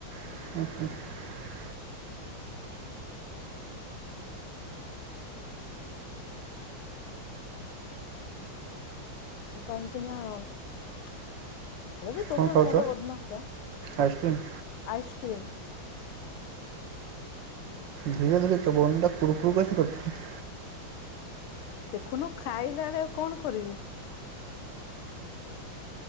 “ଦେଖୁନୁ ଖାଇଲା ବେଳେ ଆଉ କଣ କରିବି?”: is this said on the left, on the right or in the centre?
Left